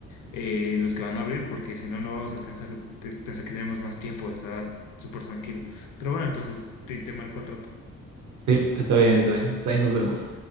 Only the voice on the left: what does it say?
eh, los que van a abrir porque si no no vamos a alcanzar. Te- Pensé que teníamos más tiempo, estaba súper tranquilo. Pero bueno, entonces te, te marco al rato.